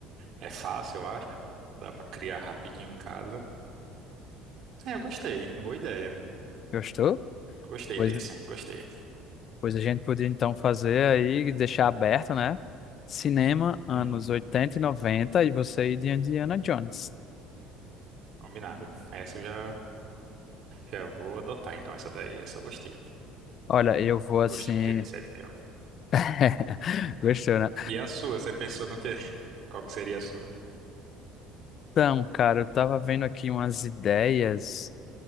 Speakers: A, on the right; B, on the left.
A: é fácil, eu acho. Dá pra criar rapidinho em casa. É, eu gostei. Boa ideia.
B: Gostou?
A: Gostei
B: Pois
A: desse. Gostei.
B: Pois a gente podia então fazer aí, deixar aberto, né? Cinema, anos
A: Uhum,
B: 80 e 90 e você e de Indiana Jones.
A: Combinado. Essa eu já, já vou adotar, então, essa daí. Essa eu gostei.
B: Olha, eu vou assim.
A: Gostei dessa ideia.
B: <laughs> Gostou, né?
A: E a sua? Você pensou no quê? <laughs> Qual que seria a sua?
B: Então, cara, eu tava vendo aqui umas ideias.